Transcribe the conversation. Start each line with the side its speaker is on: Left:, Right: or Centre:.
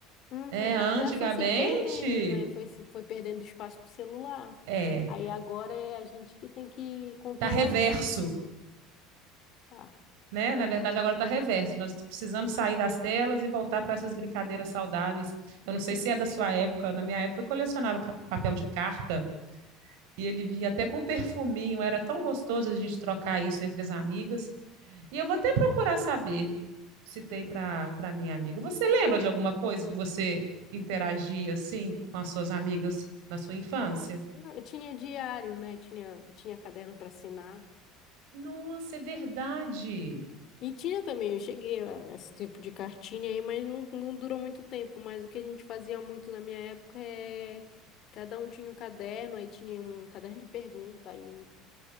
Left: Uhum.
Right: É, antigamente,
Left: Mas foi se perdendo, né? Foi, se- foi perdendo espaço pro celular.
Right: é,
Left: Aí agora é a gente que tem que controlar
Right: tá reverso.
Left: isso. Tá.
Right: né? Na verdade, agora está reverso. Nós precisamos sair das telas e voltar para essas brincadeiras saudáveis. Eu não sei se é da sua época, na minha época eu colecionava papel de carta e ele vinha até com um perfuminho, era tão gostoso a gente trocar isso entre as amigas. E eu vou até procurar saber se tem para para minha amiga. Você lembra de alguma coisa que você interagia assim com as suas amigas na sua infância?
Left: Eu tinha diário, né? Tinha, tinha caderno para assinar.
Right: Nossa, é verdade.
Left: E tinha também, eu cheguei a esse tempo de cartinha aí, mas não, não durou muito tempo. Mas o que a gente fazia muito na minha época é. Cada um tinha um caderno, aí tinha um caderno de pergunta, aí